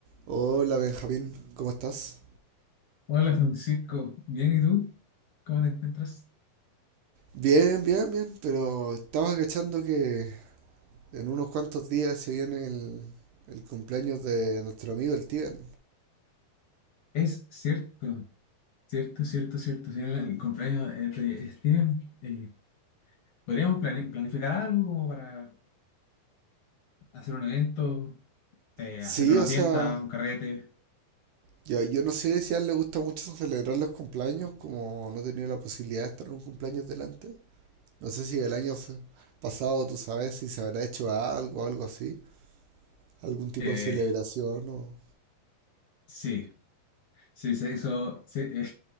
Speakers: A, on the right (about 70°); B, on the left (about 60°).
A: Hola Benjamín, ¿cómo estás?
B: Hola Francisco, bien y tú, ¿cómo te encuentras?
A: Bien, bien, bien, pero estaba cachando que en unos cuantos días se viene el, el cumpleaños de nuestro amigo el Tiben.
B: Es cierto, cierto, cierto, cierto. Si era el cumpleaños eh, de Steven, eh, podríamos plane- planificar algo como para hacer un evento, eh,
A: Sí,
B: hacerle una
A: o
B: fiesta,
A: sea,
B: un carrete.
A: yo, yo no sé si a él le gusta mucho celebrar los cumpleaños, como no he tenido la posibilidad de estar en un cumpleaños delante. No sé si el año se- pasado, tú sabes, si se habrá hecho algo, algo así, algún tipo
B: Eh,
A: de celebración o...
B: sí, sí, se hizo. sí, eh,